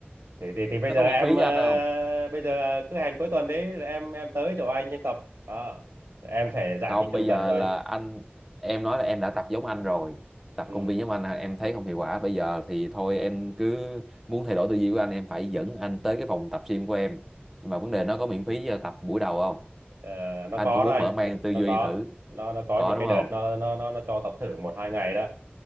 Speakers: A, on the right (about 80°); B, in the centre.
A: thì, thì thì bây
B: nó
A: giờ
B: có miễn
A: em
B: phí
A: ờ,
B: cho anh không
A: bây giờ cứ hẹn cuối tuần đấy rồi em em tới chỗ anh em tập đó Rồi em sẽ giải
B: không
A: thích tường
B: bây
A: tận
B: giờ
A: cho
B: là
A: anh
B: anh em nói là em đã tập giống anh rồi tập
A: ừ.
B: công viên giống anh là em thấy không hiệu quả bây giờ thì thôi em cứ muốn thay đổi tư duy của anh em phải dẫn anh tới cái phòng tập gym của em nhưng mà vấn đề nó có miễn phí cho tập buổi đầu không
A: ờ, nó
B: anh
A: có
B: cũng muốn
A: đó anh
B: mở mang
A: nó,
B: tư
A: nó
B: duy
A: có
B: thử
A: nó nó có
B: có
A: những
B: đúng
A: cái đợt
B: không
A: nó nó nó nó cho tập thử một hai ngày đó